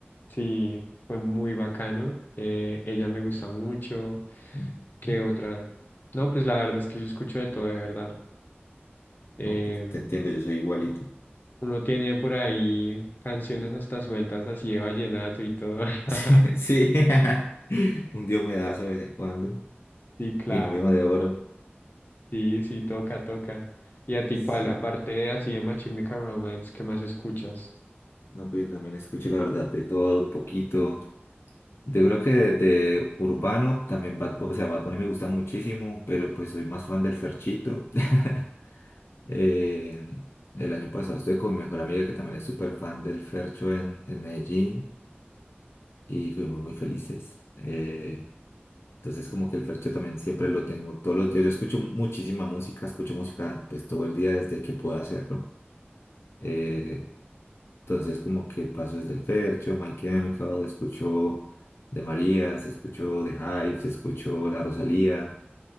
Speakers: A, on the left (about 50°); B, on the left (about 80°).
A: Sí, fue muy bacano. eh, ella me gusta mucho.
B: Ujú.
A: ¿Qué otra? No, pues la verdad es que yo escucho de todo, de verdad. Eh,
B: No, pues te entiendo, yo soy igualito.
A: uno tiene por ahí canciones hasta sueltas así de vallenato y todo.
B: <laughs>
A: <laughs>
B: Sí, sí. <laughs> Un diomedazo de vez en cuando.
A: Sí, claro.
B: Mi novio de oro.
A: Sí, sí, toca, toca. ¿Y a ti
B: Sí.
A: cuál? Aparte de así de My Chemical Romance, ¿qué más escuchas?
B: No, pero yo también escucho la verdad de todo un poquito. Yo creo que de, de urbano también Bad Bunny, o sea, Bad Bunny me gusta muchísimo, pero pues soy más fan del Ferchito. <laughs> Eh, el año pasado estuve con mi mejor amiga que también es súper fan del Fercho en, en Medellín y fuimos muy felices. Eh, Entonces como que el fercho también siempre lo tengo todos los días. Yo escucho muchísima música, escucho música pues todo el día desde que puedo hacerlo. Eh, entonces como que paso desde el fercho, My Chemical, escucho de Marías, escucho de Hives, escucho La Rosalía,